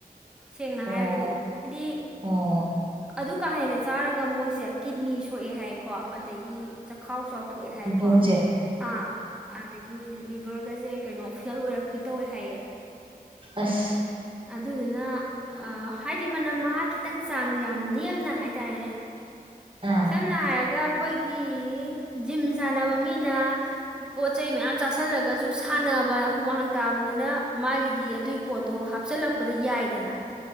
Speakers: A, in the centre; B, on the right.
A: ꯁꯦꯡꯅ
B: ꯑꯣ
A: ꯍꯥꯏꯔꯒꯗꯤ ꯍꯥꯏꯗꯤ
B: ꯑꯣ
A: ꯑꯗꯨ ꯀꯥ ꯍꯦꯟꯅ ꯆꯥꯔꯒ ꯃꯣꯏꯁꯦ ꯀꯤꯗꯅꯤ ꯁꯣꯛꯑꯦ ꯍꯥꯏꯀꯣ ꯑꯗꯒꯤ ꯆꯈꯥꯎ ꯆ ꯊꯣꯛꯑꯦ ꯍꯥꯏꯀꯣ
B: ꯍꯧꯗꯣꯡꯁꯦ
A: ꯑꯥ ꯑꯗꯒꯤ ꯂꯤꯚꯔꯒꯁꯦ ꯀꯩꯅꯣ ꯐꯦꯜ ꯑꯣꯏꯔꯛꯄꯤ ꯇꯧꯋꯦ ꯍꯥꯏꯌꯦ
B: ꯑꯁ
A: ꯑꯗꯨꯗꯨꯅ ꯍꯥꯏꯗꯤ ꯃꯅꯝ ꯃꯍ ꯈꯤꯇꯪ ꯆꯥꯡ ꯌꯥꯝ ꯅꯦꯝꯅ ꯍꯥꯏꯇꯥꯔꯦꯅꯦ
B: ꯑꯥ
A: ꯁꯝꯅ ꯍꯥꯏꯑꯒ ꯑꯩꯈꯣꯏꯒꯤ ꯖꯤꯝ ꯁꯥꯟꯅꯕ ꯃꯤꯅ ꯄꯣꯠ ꯆꯩꯩ ꯃꯌꯥꯝ ꯆꯥꯥꯁꯜꯂꯒꯁꯨ ꯁꯥꯟꯅꯕ ꯍꯨꯃꯥꯡ ꯇꯥꯕꯅꯤꯅ ꯃꯥꯒꯤꯗꯤ ꯑꯗꯨꯒꯤ ꯄꯣꯠꯇꯣ ꯍꯥꯞꯆꯤꯜꯂꯛꯄꯗ ꯌꯥꯏꯗꯅ